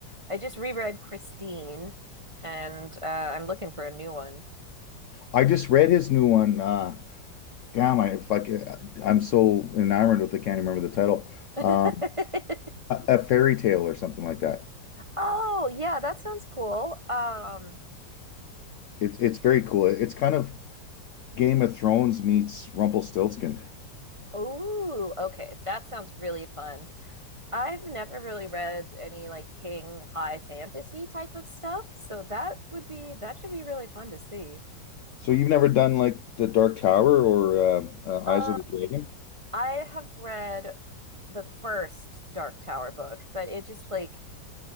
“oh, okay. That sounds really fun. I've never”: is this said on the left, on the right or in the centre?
Right